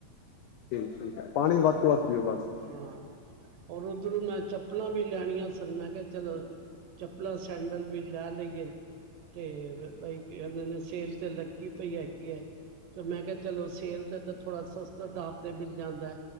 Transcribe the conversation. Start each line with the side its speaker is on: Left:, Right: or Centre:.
Left: ਠੀਕ ਠੀਕ ਹੈ ਪਾਣੀ ਵੱਧ ਤੋਂ ਵੱਧ ਪੀਓ ਬਸ
Right: ਹਾਂ, ਉਹ ਉਧਰੋਂ ਮੈਂ ਚੱਪਲਾਂ ਵੀ ਲੈਣੀਆਂ ਸਨ ਮੈਂ ਕਿਹਾ ਚਲੋ, ਚੱਪਲਾਂ ਸੈਂਡਲ ਵੀ, ਲੈ ਲਈਏ ਤੇ ਬਈ ਕਹਿੰਦੇ ਨੇ ਸੇਲ ਤੇ ਲੱਗੀ ਪਈ ਹੈਗੀ ਹੈ, ਤੇ ਮੈਂ ਕਿਹਾ ਚਲੋ ਸੇਲ ਤੇ ਤਾਂ ਥੋੜ੍ਹਾ ਸਸਤਾ ਦਾਮ, ਤੇ ਮਿਲ ਜਾਂਦਾ।